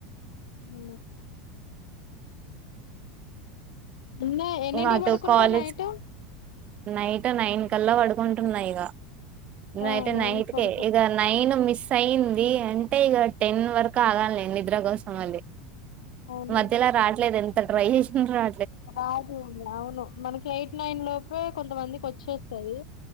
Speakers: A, on the left; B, on the right.
A: అ న్న ఎన్నింటి
B: అటు
A: పడుకుంటా
B: కాలేజ్
A: నైట్.
B: నైట్ నైన్ కల్లా పడుకుంటున్నా ఇక.
A: ఆ
B: అయితే
A: నైన్
B: నైట్
A: కి పడుకో
B: క ఇక నైను మిస్. అయింది అంటే ఇక టెన్ వరకు ఆగాలిండి నిద్ర కోసం మళీ.
A: అవును
B: మధ్యలా రావట్లేదు ఎంత రహేష్ రా
A: అదు అవును మనకి ఎయిట్ నైన్ లోప కొంతమందికి వచ్చేస్తుది.